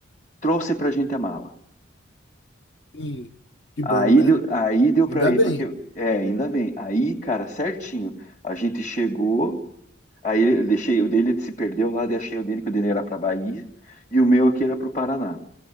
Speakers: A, on the left (about 40°); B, on the left (about 60°).
A: trouxe pra gente a mala.
B: sim, que
A: Aí
B: bom, né?
A: deu, aí deu para
B: Ainda
A: ir,
B: bem.
A: porque. É, ainda bem. Aí, cara, certinho. A gente chegou Aí eu deixei o dele se perdeu lá, deixei o dele que o dele era para Bahia e o meu aqui era para o Paraná.